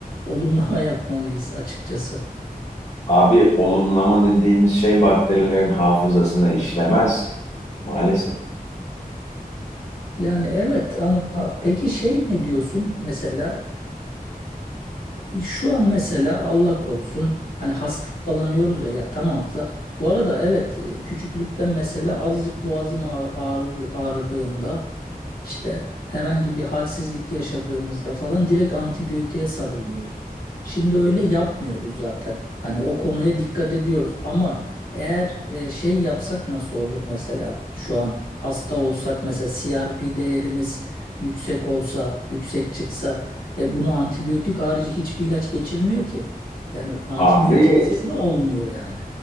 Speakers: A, on the left; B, on the left.
A: olumlama <laughs> yapmalıyız açıkçası.
B: Abi olumlama dediğimiz şey bakterilerin hafızasına işlemez. Maalesef.
A: Yani evet ama peki şey ne diyorsun mesela e, şu an mesela Allah korusun hani hastalanıyoruz ya ya tamam da- bu arada evet e, küçüklükten mesela azıcık boğazım ağ- ağrı- ağrıdığında işte herhangi bir halsizlik yaşadığımızda falan direkt antibiyotiğe sarılıyorduk. Şimdi öyle yapmıyoruz zaten. Hani o konuya dikkat ediyoruz ama eğer e, şey yapsak nasıl olur mesela şu an hasta olsak mesela CRP değerimiz yüksek olsa, yüksek çıksa e, bunu antibiyotik harici hiçbir ilaç geçirmiyor ki. Yani antibiyotiksiz
B: Abi
A: de olmuyor yani.